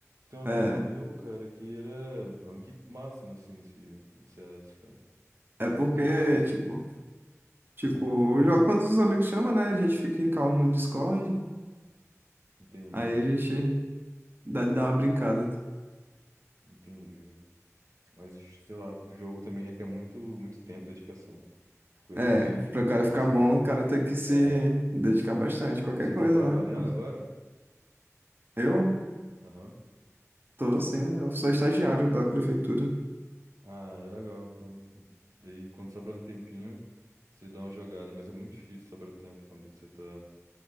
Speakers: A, on the right (about 85°); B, on the right (about 40°).
A: Tem um amigo
B: É.
A: meu, cara, que ele é rank máximo, assim, esse, em CS, cara.
B: É porque,
A: Bizarro, assim.
B: tipo, tipo, eu jogo quando os amigos chamam, né? A gente fica em call no Discord.
A: Entendi,
B: Aí a gente dá, dá uma brincada.
A: entendi. Mas, sei lá, jogo também requer muito, muito tempo e dedicação. Coisa
B: É,
A: que,
B: pra o cara
A: não
B: ficar
A: sei.
B: bom, o cara tem que se
A: É,
B: dedicar bastante. Qualquer
A: você
B: coisa,
A: tá trabalhando
B: né?
A: agora?
B: Eu
A: Aham.
B: tô, sim, eu sou estagiário da prefeitura.
A: Ah, é legal, cara. Daí, quando sobra um tempinho, você dá uma jogada. Mas é muito difícil sobrar tempo quando você tá